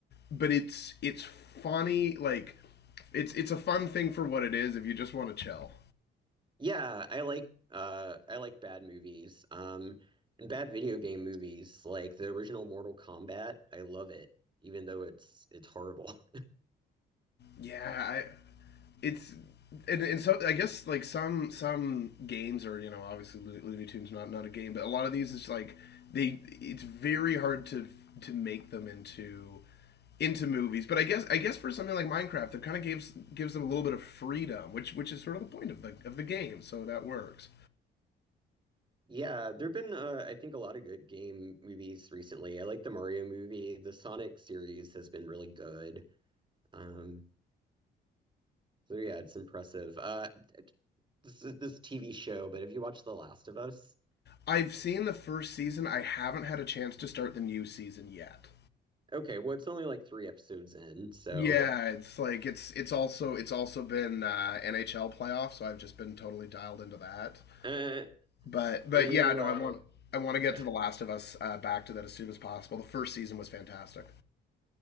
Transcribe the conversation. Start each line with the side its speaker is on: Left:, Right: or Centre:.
Left: but it's it's funny. Like it's it's a fun thing for what it is if you just want to chill.
Right: Yeah, I like uh I like bad movies. Um and bad video game movies like the original Mortal Kombat. I love it even though it's it's horrible. <laughs>
Left: Yeah, I it's and, and so I guess like some some games are you know obviously Looney Tunes not not a game, but a lot of these is like they it's very hard to to make them into into movies. But I guess I guess for something like Minecraft, it kind of gives gives them a little bit of freedom, which which is sort of the point of the of the game. So that works.
Right: Yeah, there've been uh, I think a lot of good game movies recently. I like the Mario movie. The Sonic series has been really good. Um so yeah, it's impressive. Uh this is this TV show, but have you watched The Last of Us?
Left: I've seen the first season. I haven't had a chance to start the new season yet.
Right: Okay, well it's only like three episodes in, so
Left: Yeah, it's like it's it's also it's also been uh, NHL playoffs so I've just been totally dialed into that.
Right: uh
Left: But but
Right: are you
Left: yeah, no,
Right: uh
Left: I want I want to get
Right: <laughs>
Left: to The Last of Us uh, back to that as soon as possible. The first season was fantastic.